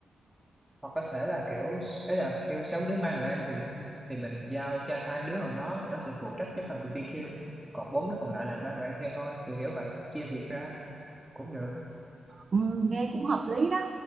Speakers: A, in the centre; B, on the right.
A: hoặc có thể là kiểu ấy là kêu sáu đứa mang đồ ăn thì thì mình giao cho hai đứa nào đó tụi nó sẽ phụ trách cái phần BBQ còn bốn đứa còn lại là mang đồ ăn theo thôi kiểu kiểu vậy chia việc ra cũng được
B: Ừ, nghe cũng hợp lý đó